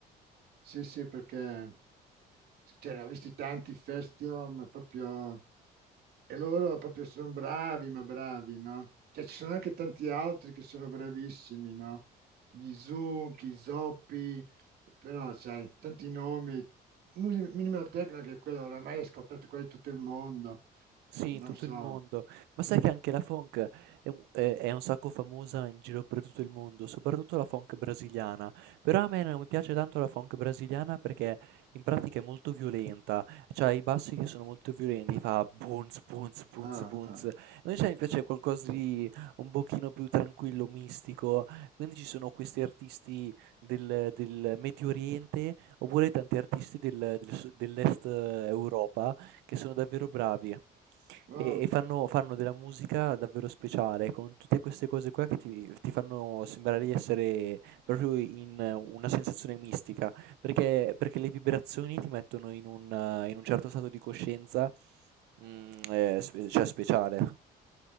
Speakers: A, on the right (about 70°); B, on the right (about 85°).
A: Sì, sì, perché cioè, ne ho visti tanti festival, ma proprio... E loro proprio sono bravi, ma bravi, no? Cioè, ci sono anche tanti altri che sono bravissimi, no? Gli Zucchi, Zoppi, però, sai, tanti nomi. Mus- Minimal Techno, che è quello oramai ascoltato qua in tutto il mondo.
B: Sì,
A: Non
B: in tutto
A: so.
B: il mondo. Ma sai che anche la funk è un è è un sacco famosa in giro per tutto il mondo, soprattutto la funk brasiliana. Però a me non mi piace tanto la funk brasiliana perché in pratica è molto violenta, c'ha i bassi che sono molto violenti, fa bounce, bounce, bounce,
A: Ah,
B: bounce.
A: ah.
B: Invece a me piace qualcosa di un pochino più tranquillo, mistico. Quindi ci sono questi artisti del, del Medio Oriente oppure tanti artisti del- del su- dell'Est Europa che sono davvero bravi.
A: Wow.
B: E e fanno fanno della musica davvero speciale, con tutte queste cose qua che ti ti fanno sembrare di essere proprio in eh, una sensazione mistica, perché perché le vibrazioni ti mettono in un eh, in un certo stato di coscienza, mhmm, ehm, sp cioè speciale.